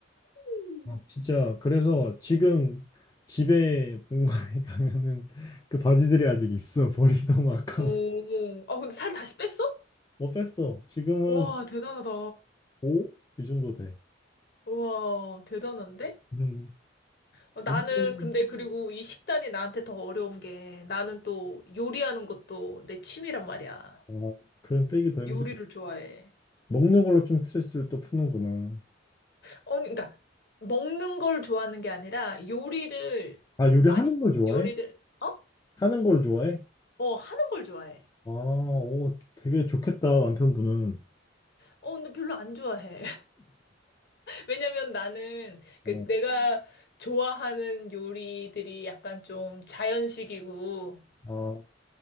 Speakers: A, on the left; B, on the left.
A: 음.
B: 막 진짜, 그래서 지금 집에 본가에 <laughs> 가면은 그 바지들이 아직 있어. <laughs> 버리기 너무 아까워서.
A: 오. 아, 근데 살 다시 뺐어?
B: 뭐 뺐어. 지금은
A: 와, 대단하다.
B: 오? 이 정도 돼.
A: 와, 대단한데?
B: 음,
A: 어, 나는
B: 운동,
A: 근데 그리고 이 식단이 나한테 더 어려운 게 나는 또 요리하는 것도 내 취미란 말이야.
B: 아, 그럼 빼기 더 힘들어.
A: 요리를 좋아해.
B: 먹는 걸로 좀 스트레스를 또 푸는구나.
A: 어, 그러니까 먹는 걸 좋아하는 게 아니라 요리를
B: 아, 요리하는
A: 맛있는
B: 걸 좋아해?
A: 요리를 어?
B: 하는 걸 좋아해?
A: 어, 하는 걸 좋아해.
B: 아, 오, 되게 좋겠다, 남편분은.
A: 어, 근데 별로 안 좋아해. 왜냐면 나는 그
B: 아,
A: 내가 좋아하는 요리들이 약간 좀 자연식이고
B: 아,